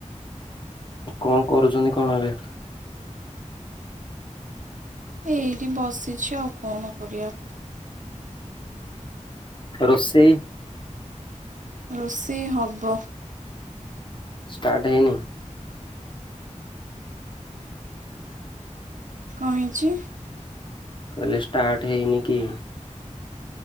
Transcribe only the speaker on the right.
ଏଇଠି ବସିଛି ଆଉ କଣ କରିବା।
ରୋଷେଇ ହବ।
କ ହେଇଚି?